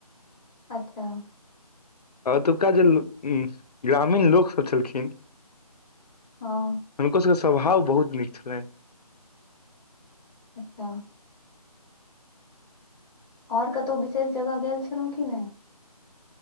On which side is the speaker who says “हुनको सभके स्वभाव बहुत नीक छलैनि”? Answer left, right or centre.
Left